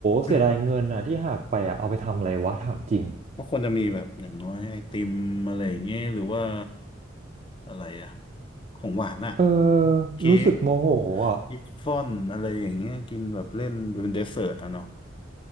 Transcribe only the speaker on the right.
เสียดายเงินอ่ะที่หักไปอ่ะเอาไปทำอะไรวะถามจริง
เออ
รู้สึกโมโหอ่ะ